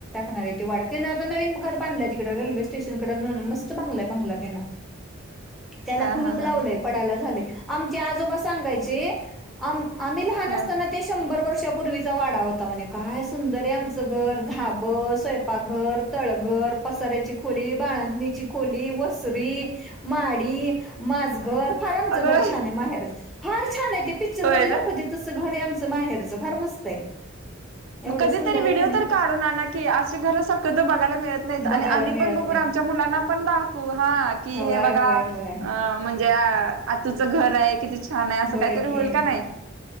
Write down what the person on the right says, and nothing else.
हा
हा
हा
अगं
होय
ना
मग
कधीतरी
व्हिडिओ
तर काढून ना की अशी घर सक्त तो बघायला मिळत. नाही
आणि आम्ही
पण बघू
आमच्या मुलांना पण दाखवू हा कि
हे बघा
अ म्हणजे आतुचं घर आहे. किती छान आहे असं
काहीतरी होईल,
का नाही